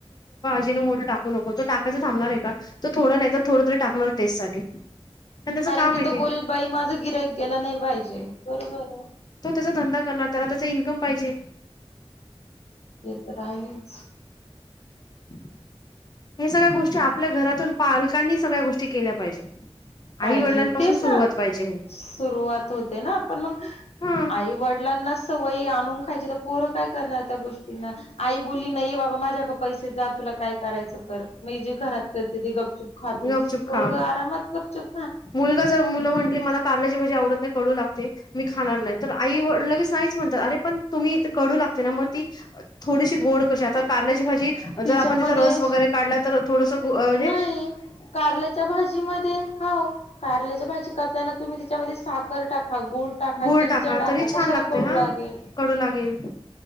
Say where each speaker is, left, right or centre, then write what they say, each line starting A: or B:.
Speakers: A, on the left; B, on the left.
A: मोठे टाकू नको टाकायच थांबणार आहे का? तो थोड नाही थोड तरी टाकणार टेट साठी. प त्याच
B: कारण
A: का
B: की
A: माहिती
B: तो बोलेल
A: आहे.
B: बाई माझं गिरक गेला नाही पाहिजे. बरोबर आहे.
A: धंद करणार. त्या त्या इन्कम पाहिजे.
B: ते तर आहेच
A: हम्. हे सगळ्या गोष्टी आपल्या घरातून पालकांनी सगळ्या गोष्टी केल्या पाहिजे. आई
B: पाहिजे
A: वडिलांपासून
B: तेच
A: सुरुवात
B: ना,
A: पाहिजे
B: सुरुवात होते ना? पण मग
A: हा
B: आई वडिलांना सवयी आणून खायची तर पोरं काय करणार त्या गोष्टींना आई बोली नाहीे बाबा माझ्या पैसे, जा तुला काय करायचं कर मी जे घरात करते ते गप् चुप खाती
A: गपचुप
B: पोरग
A: खा
B: आरामातप गपचुप
A: मुलगा जर मुलं म्हटली मला कारलाची म्हणजे आवडत नाही. कडू लागते मी खाणार नाही, तर आई लगेच नाहीच म्हणतात अरे पण तुम्ही कडू लागते ना मग ती थोडीशी गोड कशी आता कारल्याची भाजी
B: तिच्यामध्ये
A: जर आपण तिथं रस वगैरे काढला तर थोडस जे
B: नाही कारल्याच्या भाजी मध्ये, हो कारल्याच्या भाजी करताना तुम्ही त्याच्यामध्ये साखर टाक गूळ टाका.
A: गुळ
B: चिंच टाका.
A: तरी
B: कशाला
A: छान लागते
B: कडु
A: हा
B: लागेल?
A: कडू लागेल